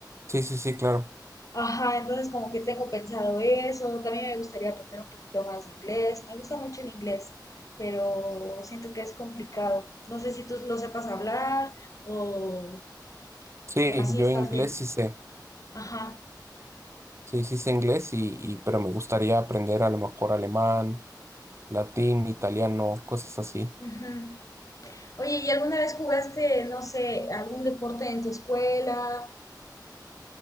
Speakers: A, on the right (about 40°); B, on the left (about 50°).
A: Sí, sí, sí, claro.
B: Ajá, entonces como que tengo pensado eso, también me gustaría aprender un poquito más de inglés, me gusta mucho el inglés, pero siento que es complicado. No sé si tú lo sepas hablar o,
A: Sí,
B: o así
A: yo
B: estás
A: inglés
B: bien.
A: sí sé.
B: Ajá.
A: Sí, sí sé inglés, y, y, pero me gustaría aprender a lo mejor alemán, latín, italiano, cosas así.
B: ujú. Oye, ¿y alguna vez jugaste, no sé, algún deporte en tu escuela?